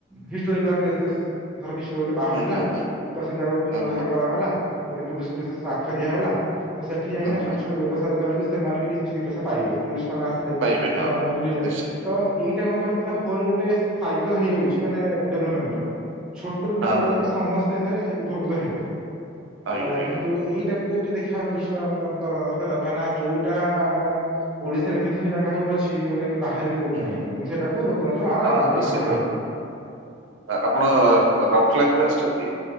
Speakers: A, in the centre; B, on the right.
A: ହିଷ୍ଟ୍ରୋକାଲ ପ୍ଲେସ୍ ପ୍ଲେସ ଧର କିଛି ଗୋଟେ
B: ହୁଁ
A: ବାହାରିଲା
B: ହୁଁ ହୁଁ
A: ତ ସେ ଜାଗାକୁ ପୁନରୁଦ୍ଧାର
B: ହୁଁ ହୁଁ
A: କରାଗଲା ଗୋଟେ ଟୁରିଷ୍ଟ ପ୍ଲେସସ ଆଖ୍ୟା ଦିଆଗଲା। ତ ସେଠି ଯାଇଁକି
B: ହୁଁ
A: ଛୋଟ
B: ହୁଁ
A: ଛୋଟ ବ୍ୟବସାୟ କଲେ ବି ସେମାନେ ବି କିଛି ଦି ପଇସା ପାଇବେ ଟୁଷ୍ଟ ସେମାନେ ଆସିଲେ
B: ପାଇବେ ହଁ
A: ସେମାନେ ବୁଲିଲେ
B: ନିଶ୍ଚିତ
A: ତ ଏଇଟା କଣ କହିଲେ ହୋଲ ଗୋଟେ ସାଇକଲ ହେଇଯାଉଛି ମାନେ ଡେଭଲପମେଣ୍ଟ ର ଛୋଟୁ ନେଇକି
B: ହଁ
A: ବଡ ଯାକେ ସମ ସେଥିରେ ଉପକୃତ ହେବେ
B: ଆଜ୍ଞା
A: ତ
B: ଆଜ୍ଞା
A: କିନ୍ତୁ ଏଇଟାକୁ ଦେଖିବା ଦୃଷ୍ଟି ଦବାକଥା ଦର ଦରକାର କାହିଁକ ନା ଯୋଉଟା ଆମ ଓଡିଶାରେ ଏମିତି ସବୁ ଜାଗା ସବୁ ଅଛି ଯୋଉଟା କି ବାହାରେ ବି କଉଠି
B: ହୁଁ
A: ନାଁ
B: ହୁଁ।
A: କିନ୍ତୁ ସେଟା ଲୋକ ଆ
B: ହଁ
A: ଆଣି
B: ନିଶ୍ଚିତ
A: ପାରୁନାହିଁ
B: ଆ ଆପଣ ରାଉରକେଲା କେବେ ଆସିଛନ୍ତି?